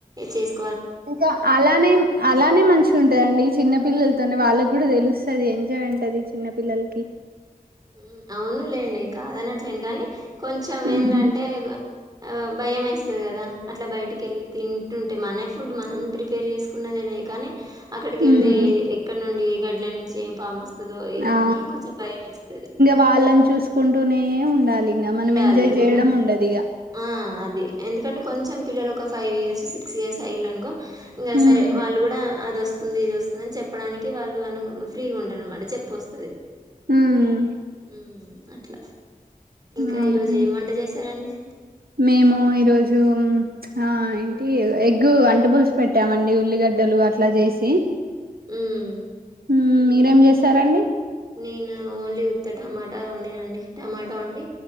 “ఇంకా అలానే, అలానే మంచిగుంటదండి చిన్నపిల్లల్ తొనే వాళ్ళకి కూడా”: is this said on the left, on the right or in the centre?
Right